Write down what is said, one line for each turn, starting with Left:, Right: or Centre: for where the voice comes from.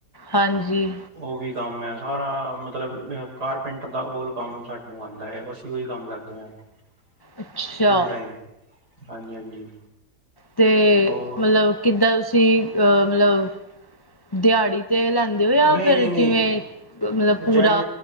Left: ਹਾਂਜੀ।
Right: ਉਹ ਵੀ ਕੰਮ ਐ ਸਾਰਾ ਮਤਲਬ ਕਾਰਪੈਂਟਰ ਦਾ ਉਹ ਕੰਮ ਸਾਨੂੰ ਆਂਦੇ ਆ, ਅਸੀਂ ਉਹੀ ਕੰਮ ਕਰਦੇ ਹਾਂ। <unintelligible>
Left: ਅੱਛਾ
Right: ਫੁੱਲ ਟਾਈਮ ਹਾਂਜੀ ਹਾਂਜੀ
Left: ਤੇ
Right: ਹੋਰ
Left: ਮਤਲਬ। ਕਿੱਦਾਂ ਤੁਸੀਂ ਅਹ ਮਤਲਬ ਦਿਹਾੜੀ ਤੇ ਲੈਂਦੇ। ਹੋ ਜਾਂ
Right: ਨਹੀਂ
Left: ਫਿਰ
Right: ਨਹੀਂ
Left: ਜਿਵੇਂ
Right: ਨਹੀਂ
Left: ਮਤਲਬ ਪੂਰਾ
Right: ਜੈਨ